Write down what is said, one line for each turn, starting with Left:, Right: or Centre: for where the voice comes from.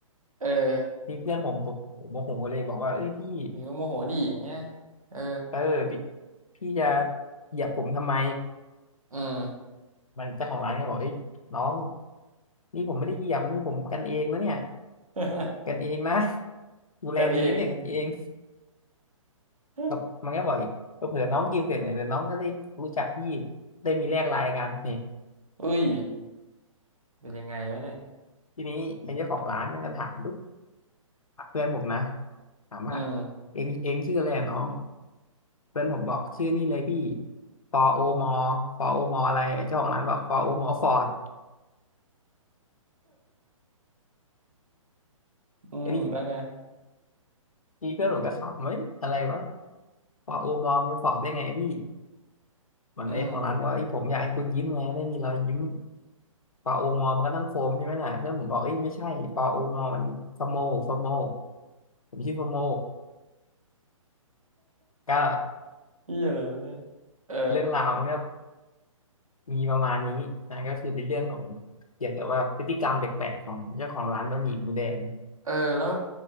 Right: เออ
Left: นี่เพื่อนผมผมผมโมโหเลยบอกว่าเอ้ยพี่
Right: อยู่โมโหดีอย่างเงี้ยเออ
Left: เออพี่พี่จะเหยียบผมทำไม
Right: อืม
Left: มันเจ้าของร้านก็บอกเอ้ยน้อง นี่ผมไม่ได้เหยียบนะนี่ผมกันเองนะเนี่ย
Right: <laughs>
Left: กันเองนะดูแลดีนะเนี่ยกันเอง
Right: กันเอง <laughs>
Left: กับมันก็บออยกเผื่อน้องกินเสร็จเนี่ยเดี๋ยวน้องก็ได้รู้จักพี่ได้มีแลกไลน์กันนี่
Right: อุ้ยเป็นยังไงวะเนี่ย
Left: ทีนี้เป็นเจ้าของร้านมันก็ถามปุ๊บเพื่อนผมนะถามว่า
Right: อืม
Left: เองเองชื่ออะไรอะน้องเพื่อนผมบอกชื่อนี่เลยพี่ฟอโอมอฟอโอมออะไรไอ้เจ้าของร้านบอกฟอโอมอฟอร์ด
Right: อืมแล้วไง
Left: ไอ้นี่นี่เพื่อนผมก็ขำเฮ้ยอะไรวะฟอโอมอมีฟอร์ดได้ไงพี่มันไอ้ของร้านบอกว่าไอ้ยผมอยากให้คุณยิ้มไงได้มีรอยยิ้ม
Right: อืม
Left: ปลาโอมอมันก็ต้องโฟมใช่ไหมล่ะเพื่อนผมบอกเอ้ยไม่ใช่ปลาโอมอมันฟโมฟโมผมชื่อฟโมก็
Right: เหียอะไรวะเนี่ยเออ
Left: เรื่องราวมันก็มีประมาณนี้นะก็คือเป็นเรื่องของเกี่ยวกับว่าพฤติกรรมแปลกๆของเจ้าของร้านบะหมี่หมูแดง
Right: เออแล้ว